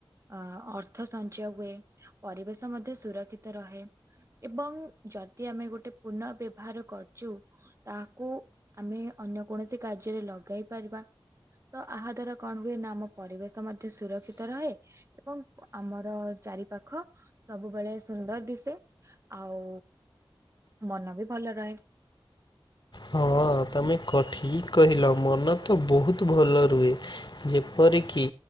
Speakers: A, on the right; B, on the left.
A: ଅ ଅର୍ଥ ସଞ୍ଚୟ ହୁଏ ପରିବେଶ ମଧ୍ୟ ସୁରକ୍ଷିତ ରହେ। ଏବଂ ଯଦି ଆମେ ଗୋଟେ ପୁନବେବହାର କରୁଛୁ ତାହାକୁ ଆମେ ଅନ୍ୟ କୌଣସି କାର୍ଯ୍ୟରେ ଲଗାଇ ପାରିବା। ତ ଆହା ଦ୍ଵାରା କଣ ହୁଏ ନା ଆମ ପରିବେଶ ମଧ୍ୟ ସୁରକ୍ଷିତ ରହେ। ଏବଂ ଆମର ଚାରିପାଖ ସବୁବେଳେ ସୁନ୍ଦର ଦିଶେ। ଆଉ ମନ ବି ଭଲ ରହେ।
B: ହଁ ତମେ ଏକ ଠିକ କହିଲ ମନ ତ ବହୁତ ଭଲ ରୁହେ। ଯେପରିକି